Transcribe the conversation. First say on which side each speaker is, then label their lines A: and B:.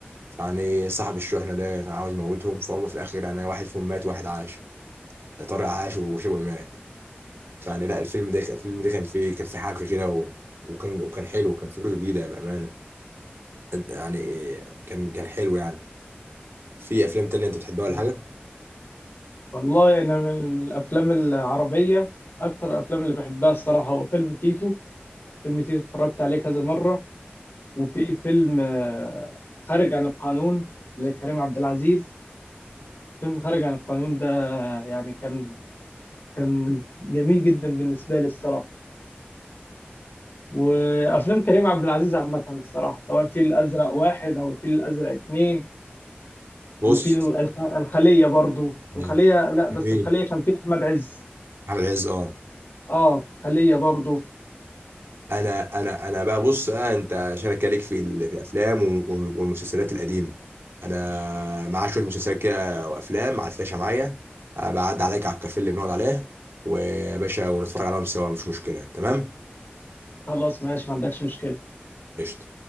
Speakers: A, on the right; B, on the left.
A: فيعني صاحب الشحنة ده كان عاوز يموتهم فهم في الآخر يعني واحد فيهم مات وواحد عاش طارق عاش وشوقي مات فيعني لا الفيلم ده الفيلم ده كان فيه كان فيه حبكه كده و... وكان وكان حلو وكان فكرته جديده بامانه يعني إيه، كان كان حلو يعني في افلام تانية انت بتحبها ولا
B: مم.
A: حاجه
B: والله انا من الافلام العربية اكتر الافلام اللي بحبها الصراحة هو فيلم تيتو فيلم تيتو اتفرجت عليه كذا مرة وفي فيلم آه، خارج عن القانون لكريم عبد العزيز فيلم خارج عن القانون ده يعني كان كان جميل جدا بالنسبة لي الصراحة وأفلام كريم عبد العزيز عامة الصراحة سواء الفيل الأزرق واحد أو الفيل الأزرق اتنين
A: بص
B: وفي الخ- الخلية برضو الخلية
A: آه.
B: لا
A: جميل
B: بس الخلية كان فيه أحمد عز
A: احمد عز اه
B: اه خلية برضو
A: انا انا انا بقى بص آه انت شارك عليك في ال- في الافلام وال- والمسلسلات القديمه انا معايا شويه مسلسلات كده وافلام على الفلاشه معايا بعد عليك على الكافيه اللي بنقعد عليه ويا باشا ونتفرج عليهم سوا مش مشكله تمام
B: خلاص ماشي ما عندكش مشكلة
A: قشطه